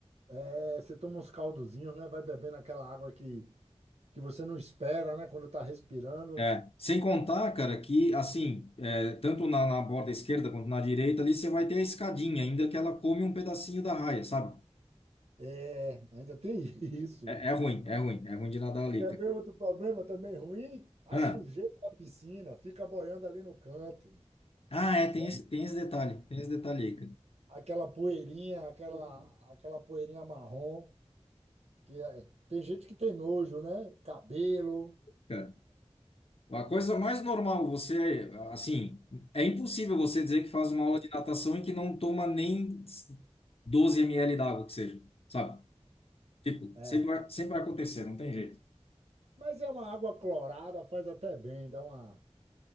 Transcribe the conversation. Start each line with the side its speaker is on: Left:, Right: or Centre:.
Right: É, você toma uns caldozinhos, né? Vai bebendo aquela água que que você não espera, né? Quando está respirando.
Left: É, sem contar, cara, que assim, é, tanto na, na borda esquerda quanto na direita ali, você vai ter a escadinha, ainda que ela come um pedacinho da raia, sabe?
Right: É, ainda tem <laughs> isso.
Left: É, é ruim, é ruim, é ruim de nadar ali,
Right: Quer
Left: cara.
Right: ver outro problema também ruim? A
Left: Ah,
Right: sujeira da piscina fica boiando ali no canto,
Left: ah, é,
Right: né?
Left: tem esse, tem esse detalhe, tem esse detalhe aí,
Right: Aquela poeirinha, aquela, aquela poeirinha marrom, que é- tem gente que tem nojo, né? Cabelo.
Left: cara. A coisa mais normal, você, assim, é impossível você dizer que faz uma aula de natação e que não toma nem 12 ml d'água, que seja, sabe? Tipo,
Right: É,
Left: sempre
Right: é.
Left: vai, sempre vai acontecer, não tem jeito.
Right: Mas é uma água clorada, faz até bem, dá uma,